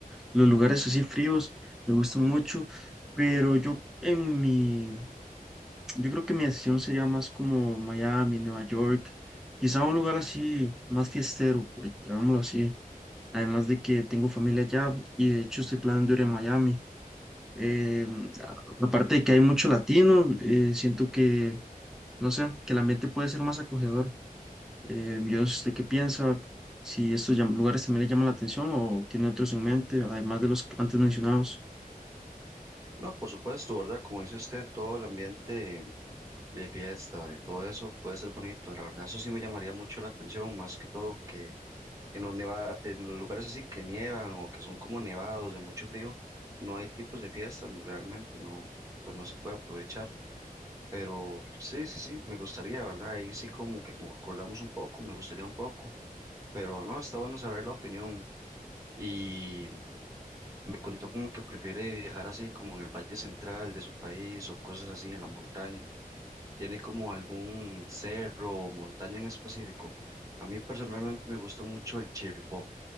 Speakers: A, in the centre; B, on the right.
A: los lugares así fríos, me gustan mucho, pero yo en mi, yo creo que mi decisión sería más como Miami, Nueva York, quizá un lugar así más fiestero, por llamémoslo así. Además de que tengo familia allá y de hecho estoy planeando ir a Miami. Eh, a- aparte de que hay mucho latino, eh, siento que, no sé, que el ambiente puede ser más acogedor. Eh, yo no sé usted qué piensa, si estos llam- lugares también le llaman la atención o tiene otros en mente, además de los antes mencionados.
B: No, por supuesto, ¿verdad? Como dice usted, todo el ambiente de fiesta, de todo eso puede ser bonito, la verdad, eso sí me llamaría mucho la atención, más que todo que en los neva- en los lugares así que nievan o que son como nevados de mucho frío, no hay tipos de fiestas, no- realmente no, pues no se puede aprovechar. Pero sí, sí, sí, me gustaría, ¿verdad? Ahí sí como que concordamos un poco, me gustaría un poco. Pero no, está bueno saber la opinión. Y me contó como que prefiere viajar así como en el valle central de su país o cosas así en la montaña. ¿Tiene como algún cerro o montaña en específico? A mí personalmente me gusta mucho el Chirripó